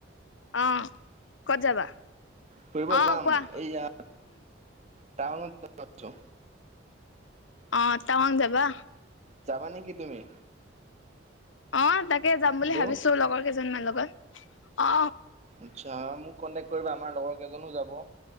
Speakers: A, on the left; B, on the right.
A: অ', ক'ত যাবা,
B: ফুৰিব
A: অ',
B: যাম
A: কোৱা।
B: এইয়া টাউনত যাম ভাবিছো।
A: অ', টাৱাং যাবা?
B: যাবা নেকি তুমি?
A: অ', তাকে যাম
B: হেল্ল'
A: বুলি ভাবিছোঁ লগৰ কেইজনমান লগত। অ
B: আচ্ছা, মোক কন্টেক কৰিবা আমাৰ লগৰ কেইজনো যাব।